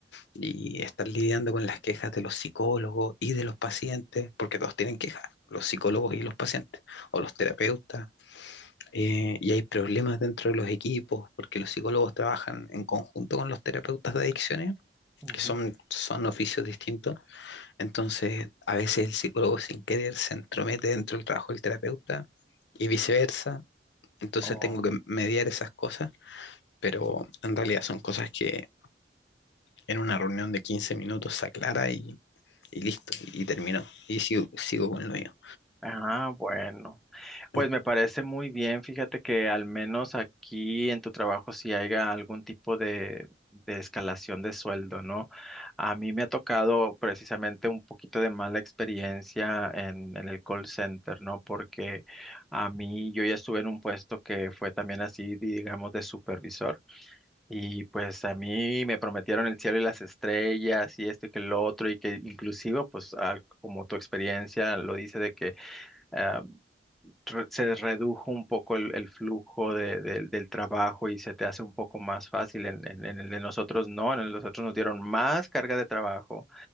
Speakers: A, on the left (about 70°); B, in the centre.
A: y estar lidiando con las quejas de los psicólogos y de los pacientes, porque todos tienen quejas, los psicólogos
B: ujú,
A: y los pacientes, o los terapeutas. eh, y hay problemas dentro de los equipos, porque los psicólogos trabajan en conjunto con los terapeutas de adicciones,
B: ujú,
A: que son, son oficios distintos entonces, a veces el psicólogo sin querer se entromete dentro del trabajo del terapeuta y viceversa. Entonces
B: oh,
A: tengo que mediar esas cosas, pero en realidad son cosas que en una reunión de 15 minutos se aclara y, y listo, y terminó. Y sigo, sigo con lo mío.
B: Ah, bueno. Pues
A: en-
B: me parece muy bien. Fíjate que al menos aquí en tu trabajo si haya algún tipo de, de escalación de sueldo, ¿no? A mí me ha tocado precisamente un poquito de mala experiencia en, en el call center, ¿no? Porque a mí yo ya estuve en un puesto que fue también así, digamos, de supervisor. Y pues a mí me prometieron el cielo y las estrellas y esto y que lo otro y que inclusive, pues ah, como tu experiencia lo dice de que... ah, re- se redujo un poco el, el flujo de- de- del trabajo y se te hace un poco más fácil. En, en- en el de nosotros no, en el de nosotros nos dieron más carga de trabajo